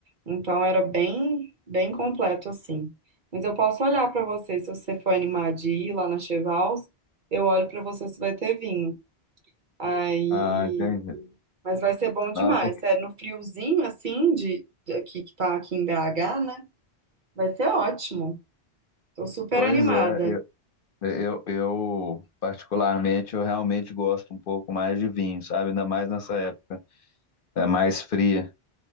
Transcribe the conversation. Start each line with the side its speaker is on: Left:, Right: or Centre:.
Right: Então era bem, bem completo assim. Mas eu posso olhar pra você se você for animar de ir lá na Chevals, eu olho pra você se vai ter vinho. Aí,
Left: Ah, entendi.
Right: mas vai ser bom demais,
Left: Não, é porque
Right: sério, no friozinho assim de, de aqui que tá aqui em BH, né? Vai ser ótimo. Tô super
Left: Pois
Right: animada.
Left: é, eu, eu, eu particularmente eu realmente gosto um pouco mais de vinho, sabe? Ainda mais nessa época, é mais fria.